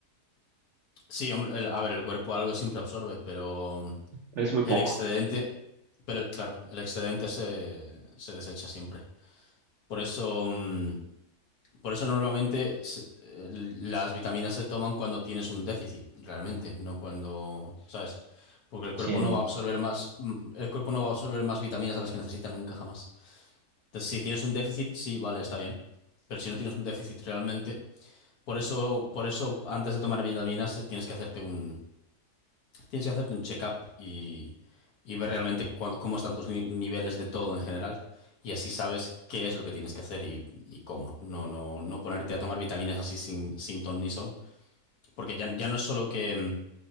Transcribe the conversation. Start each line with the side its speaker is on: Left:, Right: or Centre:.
Left: Sí, hombre, el- a ver, el cuerpo algo siempre absorbe, pero
Right: es muy poco.
Left: el excedente. Pero claro, el excedente se, se desecha siempre. Por eso, mm, por eso normalmente se- el- las vitaminas se toman cuando tienes un déficit, realmente, no cuando, ¿sabes? Porque el cuerpo
Right: Sí.
Left: no va a absorber más, mm, el cuerpo no va a absorber más vitaminas a las que necesita nunca jamás. Entonces, si tienes un déficit, sí, vale, está bien. Pero si no tienes un déficit realmente, por eso, por eso antes de tomar vitaminas eh, tienes que hacerte un, tienes que hacerte un check-up y, y ver realmente cuán- cómo están tus ni- niveles de todo en general. Y así sabes qué es lo que tienes que hacer y, y cómo. No, no, no ponerte a tomar vitaminas así sin, sin ton ni son. Porque ya, ya no es solo que, mm,